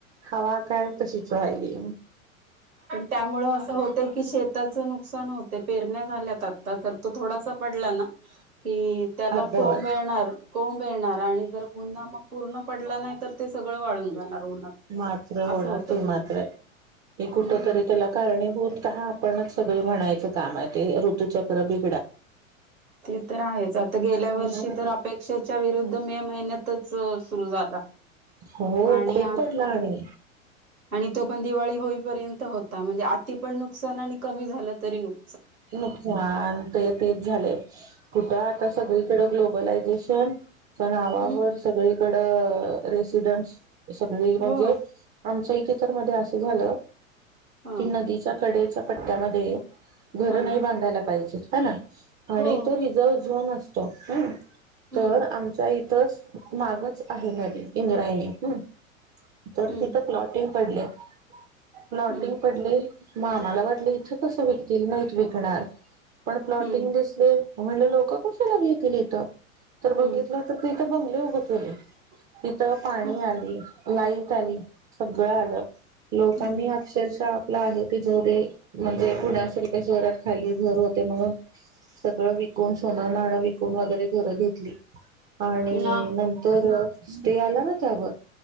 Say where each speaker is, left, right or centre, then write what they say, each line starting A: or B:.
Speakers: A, on the right (about 20°); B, on the right (about 85°).
A: हवा काय तशीच वयली
B: त्यामु असं होतय कि शेताच नुकसान होते पेरण्या झाल्यात आता तर तो थोडासा पडला ना कि त्याला
A: अर्धवट
B: कोंब येणार कोंब येणार आणि जर गुन्हा मग पूर्ण पडला नाही तर ते सगळं वाळून जाणार उन्हात
A: मात्र
B: असं
A: होणार
B: होतं
A: त
B: पुन्हा
A: माात्रे मी कुठ
B: हम्म
A: तरी त्याला कारणीभूत का आपणच सगळे म्हणायचं काम आहे ते ऋतुचक्र ब
B: ते तर आहेच आता गेल्या वर्षी
A: हम्म
B: तर आप अपेक्षेच्या विरुद्ध मे महिन्यातच सुरु झाला
A: हो
B: आणि
A: खूप पडला आणि
B: आणि तो पण दिवाळी होईपर्यंत होता म्हणजे आति पण नुकसान आणि कमी झालं तरी नुक
A: नुकसान ते तेच झाले कुठं आता सगळीकडे ग्लोबलायझेशन त्या नावावर
B: हम्म
A: सगळीकडं रेसिडेंट सगळी म्हणजे
B: हो
A: आमचं इथे तर मध्ये असं झालं
B: हा
A: की नदीच्या कडेच्या पट्ट्यामध्ये घर
B: हा
A: नाही बांधायला पाहिजे ह ना आणि
B: हो
A: तो रिझर्व्ह झोन असतो ह
B: हम्म
A: तर आमच्या इथंच मागच आहे नदी इंद्रायणी हम् तर
B: हम्म
A: तिथं प्लॉटिंग पडले प्लॉटिंग
B: हम्म
A: पडले मा मला वाटलं इथं कस विकतील नाहीत विकणार पण प्लॉटिंग
B: हम्म
A: दिसले म्हणलं लोक कशाला घेतील इथं तर बघितलं
B: हम्म
A: तर ते इथं बंगले उभे केले तिथं पाणी
B: हो
A: आली लाईट आली सगळं आलं लोकांनी
B: हम्म
A: अक्षरशः आपला आहे जेवढे म्हणजे पुण्या शहरात खाली घर होते मग सगळं विकून सोनं नाणं विकून वगैरे घरं घेतली आणि
B: ना
A: नंतर स्टे आला ना त्यावर